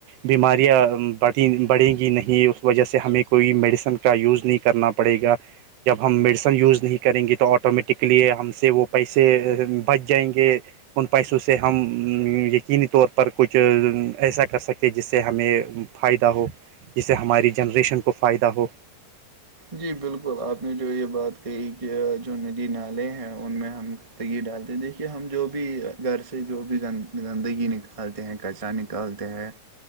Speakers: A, on the right; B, on the right.
A: بیماریاں بڑھیں بڑھیں گی نہیں اس وجہ سے ہمیں کوئی میڈیسن کا یوز نہیں کرنا پڑے گا جب ہم میڈیسن یوز نہیں کریں گے تو آٹومیٹکلی ہم سے وہ پیسے سے بچ جائیں گے ان پیسوں سے ہم یقینی طور پر کچھ ایسا کر سکتے جس سے ہمیں فائدہ ہو جس سے ہماری جنریشن کو فائدہ ہو
B: جی بالکل آپ نے جو یہ بات کہی کہ جو ندی نالے ہیں ان میں ہم گندگی ڈالتے دیکھیے ہم جو بھی گھر سے جو بھی گندگی نکالتے ہیں کسا نک کالتے ہیں